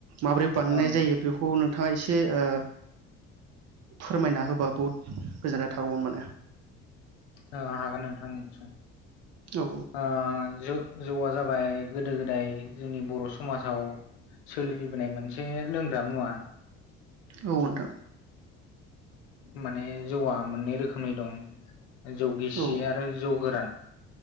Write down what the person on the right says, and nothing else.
माबोरै बानायनाय
जायो बेखौ नोंथाङा एसे ओ फोरमायना होबा बहुत गोजोननाय थागौमोन माने।
औ
औ नोंथां
औ